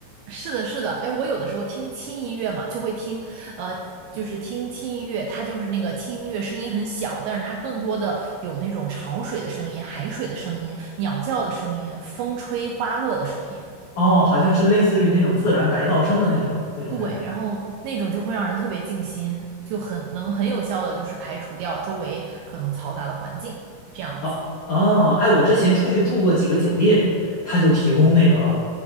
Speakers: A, on the right; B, on the left.
A: 是的，是的，哎，我有的时候听轻音乐嘛，就会听，呃，就是听轻音乐，它就是那个轻音乐声音很小，但是它更多的有那种潮水的声音、海水的声音、鸟叫的声音、风吹花落的声音，
B: 哦，好像是类似于那种自然白噪声的那种那种感觉。
A: 对，然后那种就会让人特别静心，就很能很有效的就是排除掉周围可能嘈杂的环境，这样子。
B: 啊啊！哎，我之前出去住过几个酒店，他就提供那个